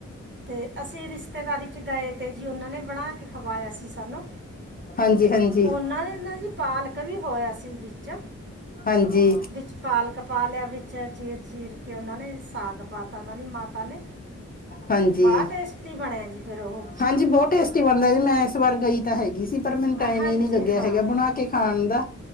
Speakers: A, on the right (about 40°); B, on the left (about 30°).
A: ਅਤੇ ਅਸੀਂ ਰਿਸ ਰਿਸ਼ਤੇਦਾਰੀ ਚ ਗਏ ਤੇ ਜੀ, ਉਹਨਾਂ ਨੇ ਬਣਾ ਕੇ ਖਵਾਇਆ ਸੀ ਸਾਨੂੰ,
B: ਹਾਂਜੀ ਹਾਂਜੀ
A: ਫੋਨ ਨਾ ਦੇਣਾ ਜੀ ਪਾਲਕ ਵੀ, ਹੋਇਆ ਸੀ ਵਿੱਚ
B: ਹਾਂਜੀ
A: ਵਿੱਚ ਪਾਲਕ ਪਾ ਲਿਆ ਵਿੱਚ, ਚੀਰ -ਚੀਰ ਕੇ ਉਹਨਾਂ ਨੇ ਸਾਗ ਪਾਤਾ ਉਹਨਾਂ ਦੀ ਮਾਤਾ ਨੇ
B: ਹਾਂਜੀ-
A: ਬੜਾ ਟੇਸਟੀ ਬਣਿਆ ਜੀ ਫਿਰ ਉਹ
B: ਹਾਂਜੀ ਬਹੁਤ ਟੇਸਟ ਕੀ ਬਣਦਾ ਜੀ, ਮੈਂ ਇਸ ਵਾਰ ਗਈ ਤਾਂ ਹੈਗੀ ਸੀ। ਪਰ ਮੈਨੂੰ, ਟਾਈਮ
A: ਹਾਂਜੀ
B: ਇਹ ਨਈ ਲੱਗਿਆ
A: ਹਾਂ
B: ਹੈਗਾ, ਬਣਾ ਕੇ ਖਾਣ ਦਾ